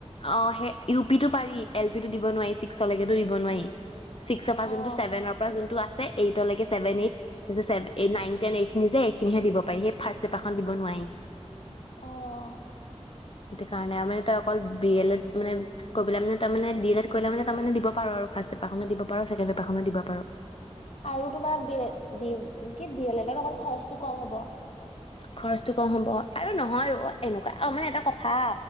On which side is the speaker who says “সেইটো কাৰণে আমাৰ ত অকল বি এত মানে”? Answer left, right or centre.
Left